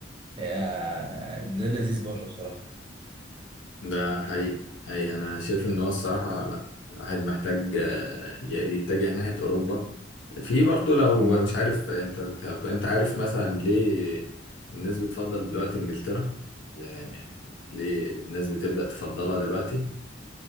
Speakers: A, on the right; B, on the left.
A: آه، ده لذيذ بره بصراحة
B: ده حقيقي حقيقي أنا شايف إن هو الصراحة لأ الواحد محتاج آه، ي- يتجه ناحية أوروبا في برضه لو
A: مم.
B: مش عارف أنت طب أنت عارف مثلا ليه الناس بتفضل دلوقتي إنجلترا؟ لا، يعني ليه الناس بتبدأ تفضلها دلوقتي؟